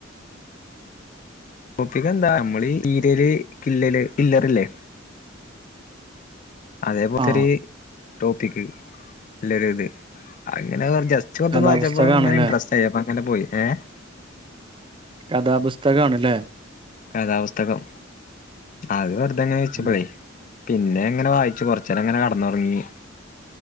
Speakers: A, on the left; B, on the right.
A: ടോപ്പിക്ക് എന്താ നമ്മള് ഈ ഈരല് കില്ലല് കില്ലറില്ലേ അതേപോത്തൊരു
B: ആ
A: ടോപ്പിക്, എല്ലാരു ഇത് അങ്ങനെ മൊത്തം
B: കഥാപുസ്തകാണല്ലേ
A: വായിച്ചപ്പോ അങ്ങനെ ഇൻടറസ്റ്റ് ആയി അപ്പ അങ്ങനെ പോയി ഏഹ് -
B: കഥാപുസ്തകം ആണല്ലേ
A: കഥാപുസ്തകം അത് വെറുതെങ്ങനെ വച്ചപ്പോളേ
B: ഉം
A: പിന്നെ ഇങ്ങനെ വായിച്ചു കൊറച്ച് നേരം ഇങ്ങനെ കെടന്നുറങ്ങി.